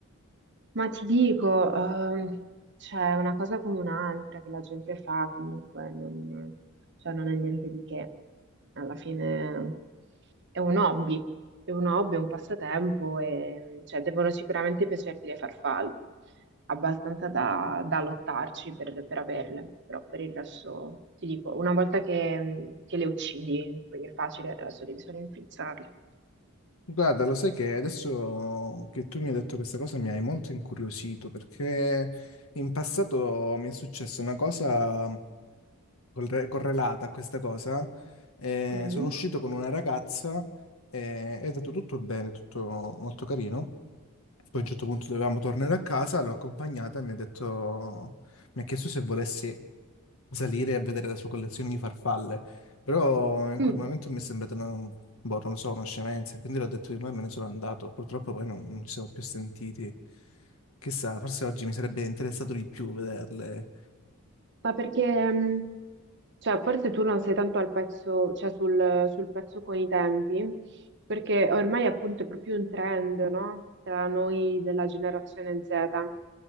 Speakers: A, on the right; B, on the left.
A: Ma ti dico, ehm, c'è una cosa come un'altra che la gente fa comunque, non, cioè non è niente di che. Alla fine è un hobby, è un hobby, è un passatempo e cioè, devono sicuramente piacerti le farfalle, abbastanza da, da lottarci per, per averle, però per il resto ti dico, una volta che, che le uccidi, poi è facile, il resto devi solo infilzarle.
B: Guarda, lo sai che adesso che tu mi hai detto questa cosa mi hai molto incuriosito perché in passato mi è successa una cosa corre- correlata a questa cosa. Eh,
A: Mm.
B: sono uscito con una ragazza e è andato tutto bene, tutto molto carino. Poi a un certo punto dovevamo tornare a casa, l'ho accompagnata e mi ha detto, mi ha chiesto se volessi salire a vedere la sua collezione di farfalle, però in
A: Mm.
B: quel momento mi è sembrata una, boh, non lo so, una scemenza, e quindi l'ho detto di no e me ne sono andato. Purtroppo poi non, non ci siamo più sentiti. Chissà, forse oggi mi sarebbe interessato di più vederle.
A: Ma perché, mh, cioè, forse tu non sei tanto al pezzo, cioè sul, sul pezzo con i tempi, perché ormai appunto è proprio un trend, no? Tra noi della generazione Z,